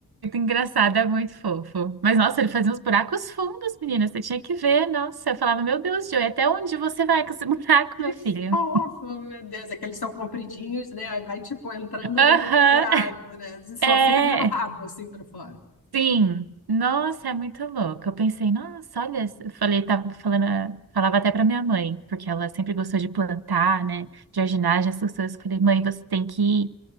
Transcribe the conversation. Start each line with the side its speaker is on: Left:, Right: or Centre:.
Right: engraçado, é muito fofo. Mas, nossa, ele fazia uns buracos fundos, menina, você tinha que ver, nossa. Eu falava, meu Deus, Joey, até onde você vai com esse <laughs> buraco,
Left: que
Right: meu filho?
Left: fofo, meu Deus. É que eles são compridinhos, né? Aí vai, tipo, entrando
Right: Aham,
Left: dentro do buraco, né? Você só
Right: <laughs> é.
Left: fica vendo o rabo, assim, pra fora.
Right: Sim, nossa, é muito louco. Eu pensei, nossa, olha, eu falei, tava falando, falava até para minha mãe, porque ela sempre gostou de plantar, né, de jardinagem, essas coisas. Eu falei, mãe, você tem que